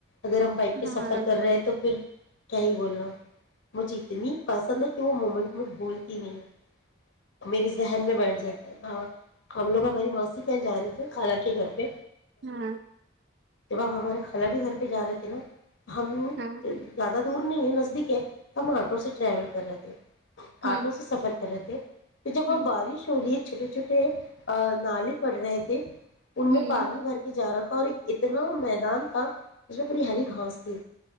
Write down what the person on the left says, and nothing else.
اگر ہم بائک پہ
سفر کر رہے ہیں تو پھر کیا ہی بول رہ مجھے اتنی پسند ہے کہ وہ مومنٹ میں بھول تین <unintelligible> میرری ذہن میں بیٹھ جاتا ہے ہاں ہم لوگ ہماری ماںسی کہاں جانے تھے خالا کے گھر پہ
ج ب آپ ہمارے خال کے گھر پہ جا رہے تھے نا ہم
<unintelligible> ز دور نہیں ہے نزدیک ہے ہم آٹو سے ٹریول کر رہے تھ
آٹو سے سفر کرتے تو جب
بارش ہو رہی ہے چھوٹے چھوٹے نالے پڑ رہے تھے ان
میں پانی بھر کے جا رہا تھا اور ایک اتنا میدان تھا جس میں پوری ہری گھاس تھی